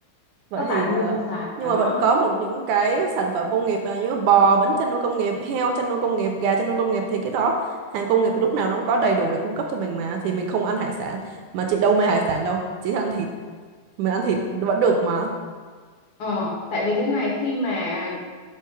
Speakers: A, on the right; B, on the left.
A: vậy
B: có
A: thì
B: tài nguyên
A: ờ,
B: họ xài
A: nhưng
B: đó
A: mà vẫn có một những cái sản phẩm công nghiệp là như bò vẫn chăn nuôi công nghiệp heo chăn nuôi công nghiệp gà chăn nuôi công nghiệp thì cái đó hàng công nghiệp thì lúc nào nó cũng có đầy đủ để cung cấp cho mình mà thì mình không ăn hải sản mà chị đâu mê hải sản đâu chị thích ăn thịt mình ăn thịt vẫn được mà
B: Ờ, tại vì thế này khi mà